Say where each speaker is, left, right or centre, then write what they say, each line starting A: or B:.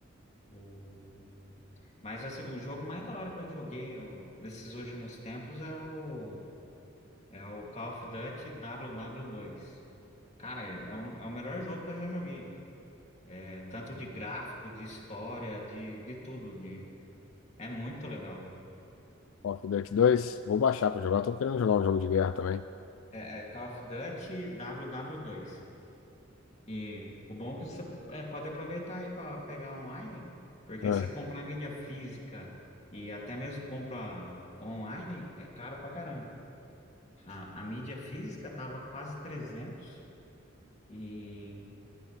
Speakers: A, on the left; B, on the left.
A: O... Mas assim, o jogo mais da hora que eu joguei eu- nesses últimos tempos é o... é o Call of Duty ww dois. Cara, é, um... é o melhor jogo que eu já joguei. É, tanto de gráfico, de história, de, de tudo. De, é muito legal.
B: Call of Duty 2, vou baixar pra jogar. Eu tô querendo jogar um jogo de guerra também.
A: É, é Call of Duty WW2. E o bom é que você é, pode aproveitar aí para pegar online, porque
B: Ah,
A: se você comprar mídia física e até mesmo compra online, é caro pra caramba. A, a mídia física tava quase 300 e,